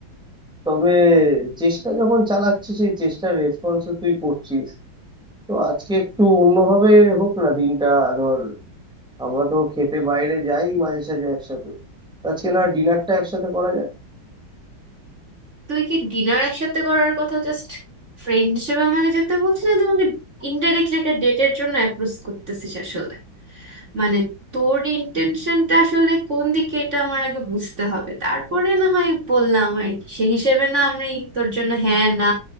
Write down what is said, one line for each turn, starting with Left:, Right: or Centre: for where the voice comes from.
Centre: তবে চেষ্টা যখন চালাচ্ছি সেই চেষ্টার রেসপন্স তুই করছিস তো আজকে একটু অন্যভাবে হোক না দিনটা ধর আমরা তো খেতে বাইরে যাই মাঝে সাঝে একসাথে তো আজকে না ডিনারটা একসাথে করা
Right: তুই কি ডিনার একসাথে করার কথা জাস্ট ফ্রেন্ড হিসেবে আমাকে যেতে বলছিস না তোমাকে ইনডাইরেক্টলি একটা ডেটের জন্য অ্যাপ্রোচ করতেছিস আসলে মানে তোর ইন্টেনশনটা আসলে কোন দিকে এটা আমার আগে বুঝতে হবে তারপরে না হয় বললাম আর কি সে হিসেবে না আমি তোর জন্য হ্যাঁ না